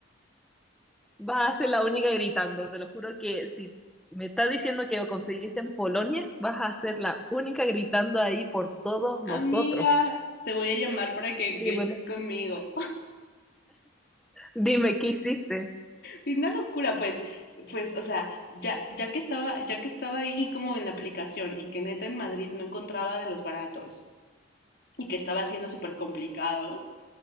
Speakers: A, in the centre; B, on the left.
A: Vas a ser la única gritando. Te lo juro que si me estás diciendo que lo conseguiste en Polonia, vas a ser la única gritando ahí por todos nosotros.
B: Amiga, te voy a llamar para que grites
A: Dímelo.
B: conmigo.
A: Dime, ¿qué hiciste?
B: Es Una locura, pues, pues, o sea, ya, ya que estaba, ya que estaba ahí como en la aplicación, en que neta en Madrid no encontraba de los baratos y que estaba siendo súper complicado,